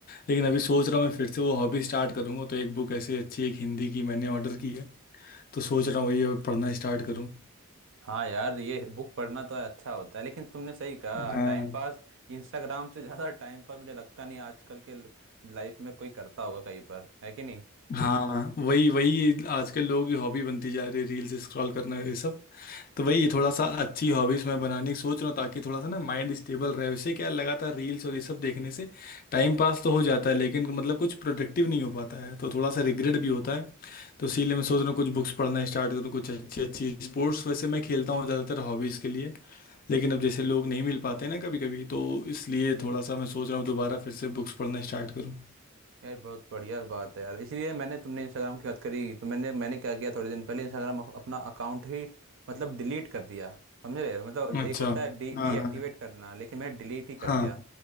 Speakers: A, on the left; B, on the right.
A: लेकिन अभी सोच रहा हूँ मैं फिर से वो हॉबी स्टार्ट करूँगा तो एक बुक ऐसी अच्छी एक हिंदी की मैंने ऑर्डर की है तो सोच रहा हूँ वही अब पढ़ना स्टार्ट करूँ
B: हाँ यार ये बुक पढ़ना तो अच्छा होता है लेकिन तुमने सही कहा
A: हाँ
B: टाइम पास इंस्टाग्राम से ज़्यादा टाइम पास मुझे लगता नहीं आजकल के लाइफ में कोई करता होगा कहीं पर है कि नहीं
A: हाँ वही वही आजकल लोगों की हॉबी बनती जा रही है रील्स स्क्रॉल करना ये सब तो वही थोड़ा सा अच्छी हॉबीज मैं बनाने की सोच रहा हूँ ताकि थोड़ा सा ना माइंड स्टेबल रहे वैसे क्या लगातार रील्स और ये सब देखने से टाइम पास तो हो जाता है लेकिन मतलब कुछ प्रोडक्टिव नहीं हो पाता है तो थोड़ा सा रिग्रेट भी होता है तो इसीलिए मैं सोच रहा हूँ कुछ बुक्स पढ़ना स्टार्ट करूँ कुछ अच्छी अच्छी स्पोर्ट्स वैसे मैं खेलता हूँ ज़्यादातर हॉबीज़ के लिए लेकिन अब जैसे लोग नहीं मिल पाते ना कभी कभी तो इसलिए थोड़ा सा मैं सोच रहा हूँ दोबारा फिर से बुक्स पढ़ना स्टार्ट करूँ
B: यार बहुत बढ़िया बात है यार इसलिए मैंने तुमने इंस्टाग्राम की बात करी तो मैंने मैंने क्या किया थोड़े दिन पहले इंस्टाग्राम अपना अकाउंट ही मतलब डिलीट कर दिया समझ रहे हो? मतलब एक
A: अच्छा
B: होता है डी
A: हाँ
B: डीएक्टिवेट
A: हाँ
B: करना लेकिन मैंने डिलीट ही कर
A: हाँ
B: दिया